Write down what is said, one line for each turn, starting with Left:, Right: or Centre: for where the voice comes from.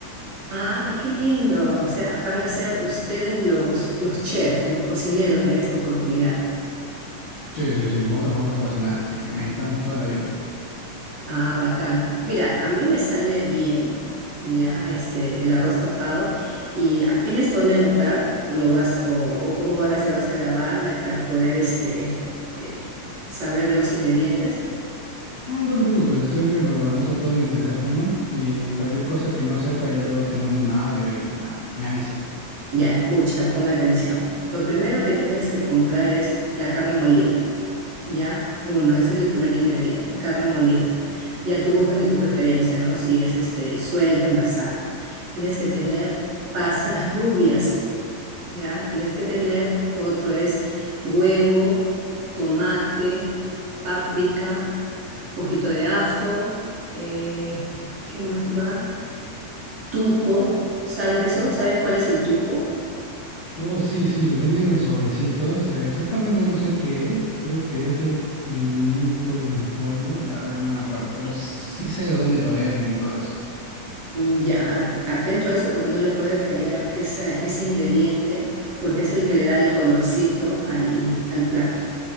Right: Ah, qué lindo. O sea, van a ser ustedes los, los chefs, los cocineros en esta oportunidad.
Left: Sí, sí, sí, nosotros vamos a cocinar, así que necesitamos toda la ayuda.
Right: Ah, bacán. Mira, a mí me sale bien ya este el arroz tapado y ah, ¿tienes dónde anotar o lo vas o, o cómo vas a hacer? ¿Vas a grabarme para poder este eh, saber de los ingredientes?
Left: No, no te preocupes, estoy que lo anoto todo en mi teléfono y cualquier cosa que no sepa ya luego te mando un audio y ma- me avisas.
Right: Ya, escucha, pon atención. Lo primero que tienes que comprar es la carne molida. Ya, uno, ese es el primer ingrediente, carne molida. Ya tú buscas de tu preferencia, ¿no? Si es este, suelta, envasada. Tienes que tener pasas rubias, ¿ya? Tienes que tener, otro es huevo, tomate, páprica, poquito de ajo, eh, ¿qué más va? Tuco, ¿sabes eso? ¿Sabes cuál es el tuco?
Left: Oh, sí, sí, le venden en sobrecitos. eh, Exactamente no sé qué es, creo que es el pimiento en polvo, la verdad que no me acuerdo, pero sí sé de dónde lo venden y todo eso.
Right: Mm, Ya, atento a eso porque no le puede fallar esa, ese ingrediente porque es el que le da el colorcito al, al plato,